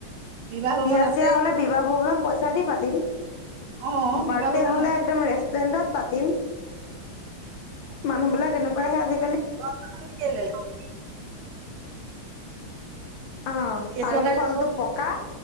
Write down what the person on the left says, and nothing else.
বিয়া
চিয়া হ'লে বিবাহ ভৱনত পইচা দি পাতিম।
বাৰ্ডে
হ'লে
একদম ৰেষ্টুৰেণ্টত পাতিম মানুহ বিলাক এনেকুৱাহে আজি
অ
চাৰিও
ফালটো
পকা